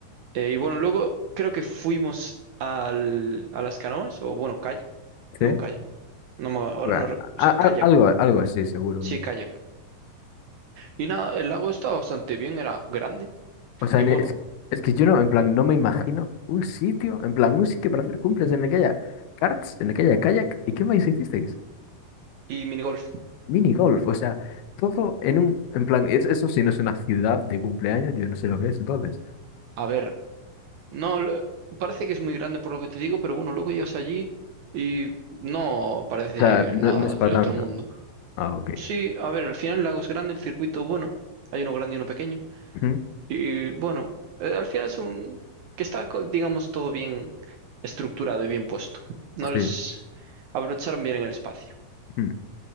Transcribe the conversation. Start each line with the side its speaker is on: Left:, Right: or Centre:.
Right: Eh, y bueno, luego creo que fuimos al, a las canoas, o bueno, kayak,
Left: ¿Sí?
Right: no kayak, no, me- ahora
Left: Buah,
Right: no, re- o sea,
Left: a-
Right: kayak,
Left: a- algo, algo así, seguro.
Right: sí, kayak. Y nada, el lago estaba bastante bien, era grande,
Left: O sea,
Right: y
Left: en-
Right: bueno,
Left: es, es que yo no, en plan, no me imagino un sitio, en plan, un sitio para hacer cumples en el que haya karts, en el que haya kayak. ¿Y qué más hicisteis?
Right: y minigolf.
Left: Mini golf, o sea, todo en un, en plan, es- eso sí no es una ciudad de cumpleaños, yo no sé lo que es entonces.
Right: A ver, no, lo- parece que es muy grande por lo que te digo, pero bueno, luego llegas allí y no parece
Left: O sea, no,
Right: nada
Left: no es para
Right: del otro
Left: tanto.
Right: mundo.
Left: Ah, ok.
Right: Sí, a ver, al final el lago es grande, el circuito, bueno, hay uno grande y uno pequeño.
Left: Ujú,
Right: Y bueno, eh, al final es un que está, co- digamos, todo bien estructurado y bien puesto. No les
Left: Sí.
Right: abrocharon bien en el espacio.
Left: mm.